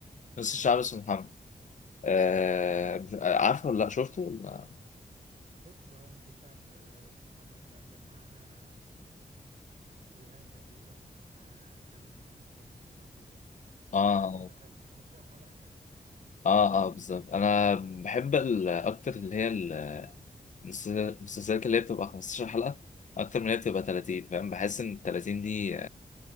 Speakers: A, on the left (about 55°); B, on the right (about 55°).
A: نص الشعب اسمه محمد آه مش- آه، عارفه ولا لا شفته ولا
B: شفت آه، نص الشعب آه، اسمه محمد ده كان معاه شريهان تقريبا وكان معاه كام ممثل لطيف يعني
A: اه
B: كان
A: اه
B: مسلسل حلو 15 حلقة كان
A: اه آه، بالظبط انا بحب ال- اكتر اللي هي ال- المسلسلات اللي هي بتبقى 15 حلقة اكتر من اللي هي بتبقى 30 فاهم بحس ان ال 30 دي